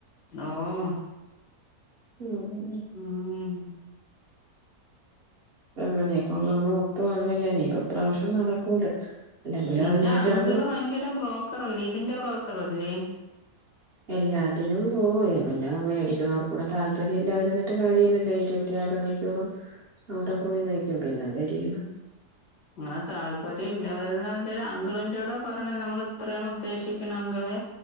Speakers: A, on the left; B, on the right.
A: ഓഹ്.
B: ഉം.
A: ഉം
B: അങ്ങനേ കൊള്ളൊന്ന് ഒത്തു വന്നില്ലെനീ ഇപ്പൊ ഇപ്രാവ്ശ്യം നടക്കൂല. അല്ലെങ്കിലും
A: നിന്റെ
B: അതിനായിട്ട്
A: അങ്കിള്
B: ഇറങ്ങി
A: ഭയങ്കര ബ്രോക്കറല്ലേ ഇതിന്റെ ബ്രോക്കറല്ലേ?
B: എല്ലാത്തിലും പോവും പിന്നെ മേടിക്ക്ണോർക്കൂടെ താല്പര്യം ഇല്ലാതിരുന്നിട്ട് കാര്യല്ലല്ലോ ഇരു വത്ത്യാലു മണിക്കൂറും അവ്ടെ പോയി നിക്കും പിന്നെ എന്തെ രെയ്യണം.
A: അങ്ങനെ താല്പര്യം ഇല്ലാതിരുന്ന എന്തേര് അങ്കിളിന്റോടെ പറയണ നമ്മൾ ഇത്രയാണ് ഉദ്ദേശിക്ക്ണെ അങ്കിളെ